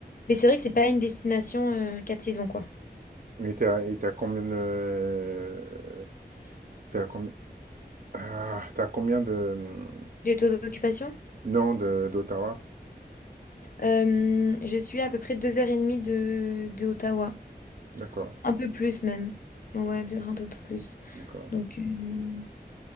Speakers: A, on the left; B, on the right.
A: mais c'est vrai que c'est pas une destination euh, quatre saisons, quoi.
B: Mais t'as, et t'as combien de... T'es à combien, ah, t'es à combien de... mm,
A: Les taux d'occupation?
B: Non, de d'Ottawa?
A: Euh, je suis à peu près deux heures et demie de, de Ottawa.
B: D'accord,
A: Un peu plus même. Ouais, peut-être un peu plus.
B: d'accord.
A: Donc... euh,